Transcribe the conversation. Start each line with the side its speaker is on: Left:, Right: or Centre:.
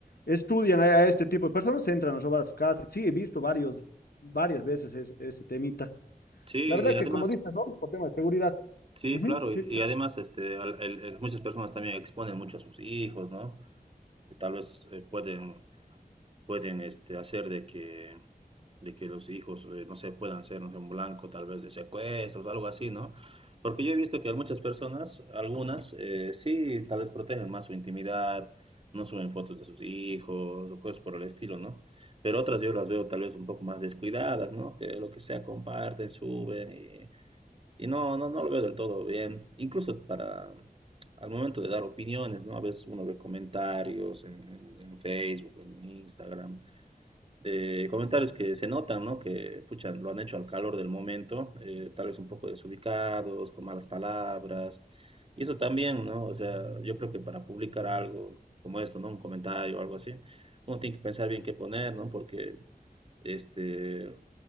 Left: estudian a, a este tipo de personas, entran a robar a su casa. Sí, he visto varios, varias veces es- ese temita.
Right: Sí,
Left: La verdad
Right: y además,
Left: que como dices, ¿no? Por tema de seguridad.
Right: sí,
Left: Ujú,
Right: claro,
Left: sí.
Right: y además este, al- el- el- muchas personas también exponen mucho a sus hijos, ¿no? Y Tal vez eh, pueden pueden este, hacer de que, de que los hijos, eh, no sé, puedan ser no sé, un blanco tal vez de secuestros, algo así, ¿no? Porque yo he visto que muchas personas, algunas, eh, sí, tal vez protegen más su intimidad, no suben fotos de sus hijos o cosas por el estilo, ¿no? Pero otras yo las veo tal vez un poco más descuidadas, ¿no? Que lo que sea comparten, suben y, y no, no, no lo veo del todo bien. Incluso para, al momento de dar opiniones, ¿no? A veces uno ve comentarios en, en- en Facebook, en Instagram, eh, comentarios que se notan, ¿no? Que, pucha, lo han hecho al calor del momento, eh, tal vez un poco desubicados, con malas palabras, y eso también, ¿no? O sea, yo creo que para publicar algo como esto, ¿no? Un comentario o algo así, uno tiene que pensar bien qué poner, ¿no? Porque este, eh,